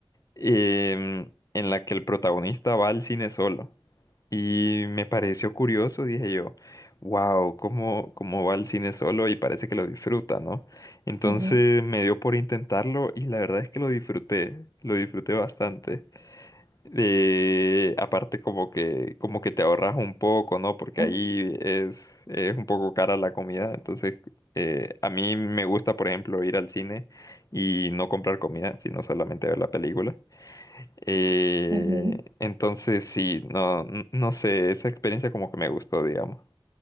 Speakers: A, on the left (about 40°); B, on the right (about 65°).
A: em, en la que el protagonista va al cine solo. Y me pareció curioso, dije yo, wow, ¿cómo, cómo va al cine solo? Y parece que lo disfruta, ¿no? Entonces
B: ajá,
A: me dio por intentarlo y la verdad es que lo disfruté, lo disfruté bastante. Y aparte como que, como que te ahorras un poco, ¿no? Porque
B: ajá.
A: ahí es, es un poco cara la comida. Entonces, eh, a mí me gusta, por ejemplo, ir al cine y no comprar comida, sino solamente ver la película. Eh,
B: ajá.
A: entonces, sí, no, n- no sé, esa experiencia como que me gustó, digamos.